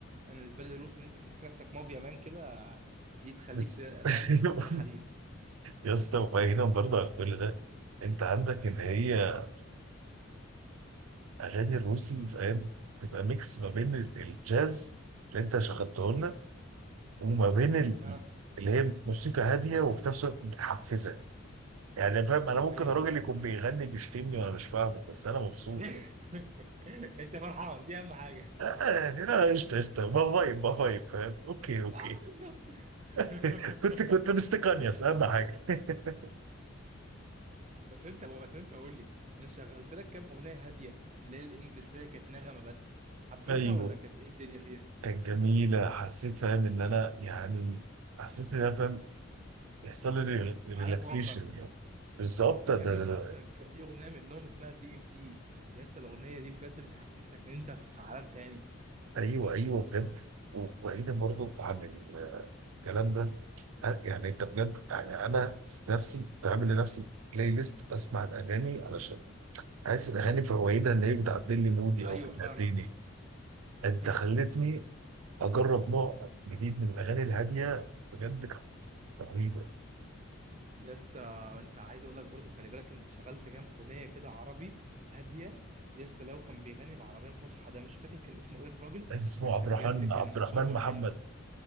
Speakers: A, on the right; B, on the right.
A: انا بالنسبه لي الروسي ان انت تحس نفسك مافيا مان كده دي تخليك
B: بس
A: ت-
B: <laughs>
A: فاهم تكسر حديد
B: يا اسطى وبعيدا برضه عن كل ده أنت عندك إن هي
A: مم.
B: الأغاني الروسي فاهم تبقى ميكس ما بين ال- الجاز اللي أنت شغلته لنا وما بين ال-
A: ها
B: اللي هي موسيقى هادية وفي نفس الوقت متحفزة يعني فاهم أنا ممكن
A: ايوه
B: الراجل
A: فاهمك
B: يكون بيغني بيشتمني وأنا مش فاهمه بس أنا مبسوط
A: <laughs>
B: يعني.
A: <laughs> انت فرحان دي اهم حاجه
B: عادي لا قشطة قشطة ما فايب ما فايب فاهم اوكي اوكي
A: ما بالظبط <laughs>
B: <laughs> كنت كنت مستقنيس اهم حاجة <laughs>
A: بس انت بس انت قول لي انا شغلت لك كام اغنيه هاديه ليه الانجليش فيها كانت نغمه بس حبيتها
B: ايوه
A: ولا كانت ايه الدنيا فيها
B: كانت جميلة حسيت فاهم ان انا يعني حسيت ان انا فاهم يحصل لي ريلاكسيشن
A: عالم اخر
B: يعني بالظبط ده
A: يا
B: ده-
A: ابني في
B: ده-
A: اصلا كان في اغنيه منهم اسمها دي ام تي يا اسطى الاغنيه دي بجد بتحسسك ان انت في عالم تاني
B: ايوه ايوه بجد وبعيدا برضو عن الكلام ده أ- يعني انت بجد يعني انا نفسي بعمل لنفسي بلاي ليست بسمع الاغاني علشان حاسس الاغاني فوائدها ان هي بتعدل لي مودي
A: ايوه
B: او بتهديني
A: فاهمك
B: انت
A: مم.
B: خلتني اجرب نوع جديد من الاغاني الهاديه بجد كانت رهيبه
A: يا اسطى انت عايز اقول لك برضو خلي بالك انت شغلت كام اغنيه كده عربي هاديه يا اسطى لو كان بيغني بعربيه فصحى ده مش فاكر كان اسمه ايه الراجل
B: اسمه
A: بس
B: عبد
A: بجد
B: الرحمن
A: كان
B: عبد الرحمن
A: صوته
B: محمد
A: حلو